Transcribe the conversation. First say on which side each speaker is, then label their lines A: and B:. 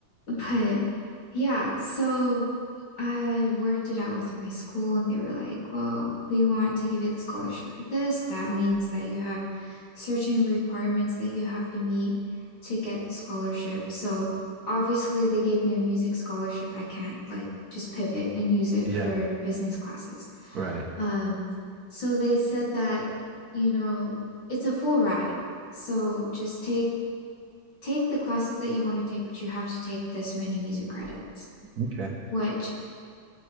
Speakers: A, on the left; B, on the right.
A: But yeah, so I worked it out with my school, and they were like, well, we want to give you the scholarship for this. That means that you have certain requirements that you have to meet to get the scholarship. So obviously, they gave me a music scholarship. I can't like just pivot and use it
B: Yeah,
A: for business classes.
B: right.
A: Um, so they said that, you know, it's a full ride. So just take take the classes that you want to take, but you have to take this many music credits,
B: Okay.
A: which